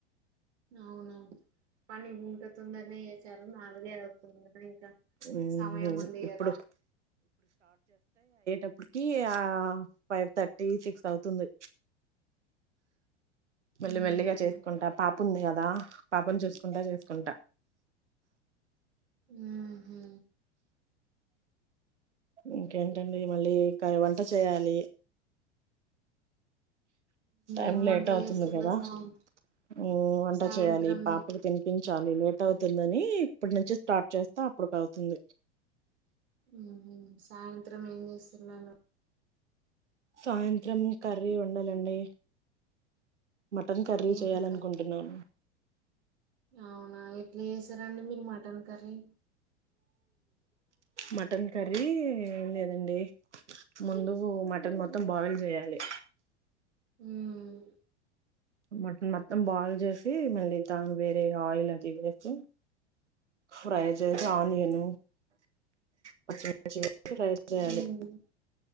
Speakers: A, on the right; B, on the right.
A: అవునా పని ఇంత తొందరనే చేసారు నాలుగే అవుతుంది కదా ఇంకా
B: మ్మ్
A: సమయం ఉంది
B: ఇప్పుడు
A: కదా
B: అప్పటికి ఆ ఫైవ్ థర్టీ సిక్స్ అవుతుంది మెల్లి
A: ఉహు
B: మెల్లిగా చేసుకుంటా పాపు ఉంది కదా దా పాప నీ చూసుకుంటా చేసుకుంటా
A: హు హూ
B: ఇంకేంటండి మళ్ళీ కరి వంట చేయాలి టైం
A: ఏం
B: లేట్
A: వంట
B: అవుతుంది
A: చేస్తులు
B: కదా
A: సాయం
B: హు వంట
A: సాయంత్రం
B: చేయాలి పాపకు తినిపిం చాలీ లేట్ అవుతుందని ఇప్పటి నుంచి స్టార్ట్ చేస్తా అప్పుడుకి అవుతుంది
A: ఉ సాయంత్రం ఏం చేస్తున్నాను
B: సాయంత్రం కర్రీ వండాలండి మటన్ కర్రీ
A: ఏమి
B: చేయాలనుకుంటున్నాను
A: కాదు అవునా ఎట్లా చేస్తారండీ మీరు మటన్ కర్రీ
B: మటన్ కర్రీ లేదండి ముందు మటన్ మొత్తం బాయిల్ చేయాలి
A: హుమ్
B: మటన్ మొత్తం బాయిల్ చేసి మళ్ళీ దాని వేరే ఆయిల్ అది ఇది వేసి ఫ్రై చేసి ఆనియన్ పచ్చిగ పచ్చిగ ఫ్రై చేయాలి
A: ఉమ్